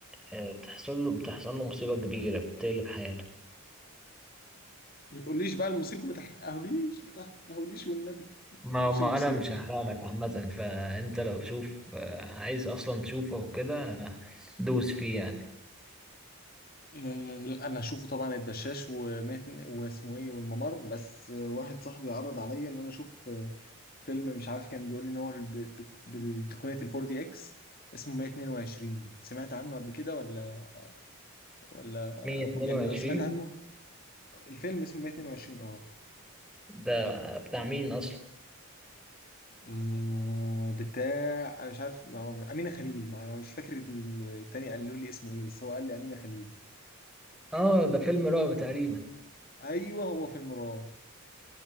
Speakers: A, in the centre; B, on the left.
A: آه، بتحصل له بتحصل له مصيبة كبيرة بتقلب حياته
B: ما تقوليش بقى المصيبه ما تحرقهوليش ما تحرقهوليش والنبي ما
A: ما
B: تقوليش
A: ما
B: المصيبه
A: انا مش هحرق لك عامة فانت لو شوف آه، عايز اصلا تشوفه وكده آه، دوس فيه يعني
B: آه، لا انا اشوفه طبعا الدشاش ومات واسمه ايه والممر بس آه، واحد صاحبي عرض عليا ان انا اشوف فيلم مش عارف كان بيقول لي ان هو ب- ب- بالتقنية الفور دي اكس اسمه 122 سمعت عنه قبل كده ولا ولا
A: 122
B: أفو- يعني لو سمعت عنه الفيلم اسمه 122 اه
A: ده بتاع مين اصلا
B: آه، بتاع انا مش عارف هو امينه خليل ما انا مش فاكر ال- التاني قالوا لي اسمه ايه بس هو قال لي امينه خليل
A: اه ده فيلم رعب تقريبا
B: ايوه هو فيلم رعب